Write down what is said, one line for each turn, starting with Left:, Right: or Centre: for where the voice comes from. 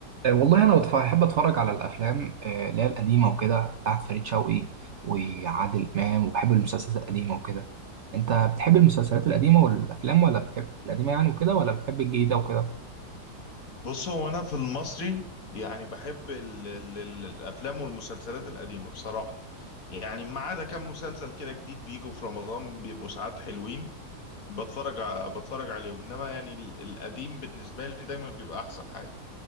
Right: آه، والله انا بتف- بحب اتفرج على الافلام آه، اللي هي القديمه وكده بتاعت فريد شوقي وعادل امام وبحب المسلسلات القديمه وكده انت بتحب المسلسلات القديمه والافلام ولا بتحب القديمه يعني وكده ولا بتحب الجديده وكده
Left: بص هو انا في المصري يعني بحب ال ال ال الافلام والمسلسلات القديمه بصراحه يعني ما عدا كام مسلسل كده جديد بيجوا في رمضان بيبقوا ساعات حلوين بتفرج ع- بتفرج عليهم انما يعني ال- القديم بالنسبه لي دايما بيبقى احسن حاجه